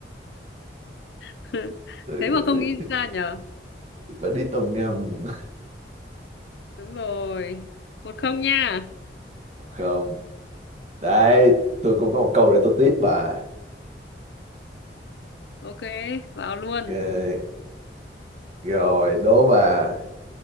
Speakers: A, on the left; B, on the right.
A: <laughs>
B: Trời
A: Thế mà không
B: ơi,
A: nghĩ ra nhở.
B: bà đi tàu ngầm
A: Đúng rồi. Một không nha.
B: không đấy tôi cũng có một câu để tôi tiếp bà
A: Ok, vào luôn.
B: Ok. rồi đố bà